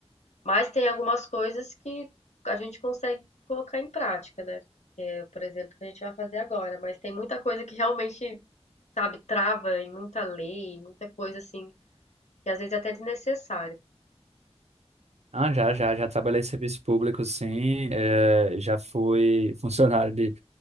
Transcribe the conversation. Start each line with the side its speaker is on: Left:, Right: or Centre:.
Left: Mas tem algumas coisas que a gente consegue colocar em prática, né? Que é, por exemplo, o que a gente vai fazer agora. Mas tem muita coisa que realmente, sabe, trava em muita lei, em muita coisa assim, que às vezes é até desnecessária.
Right: Ah, já, já, já trabalhei em serviço público, sim. É, já fui funcionário de